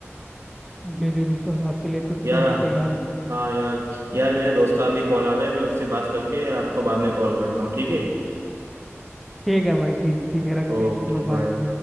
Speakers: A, in the centre; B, on the right (about 70°).
A: जी जी बिल्कुल आपके लिए तो
B: यार
A: कुछ भी तैयार है
B: हाँ यार यार मेरे दोस्त का अभी कॉल आ रहा है मैं उससे बात करके आपको बाद में कॉल करता हूँ ठीक है
A: ठीक है भाई ठीक है ठीक है रखते
B: Okay
A: हैं चलो बाय
B: bye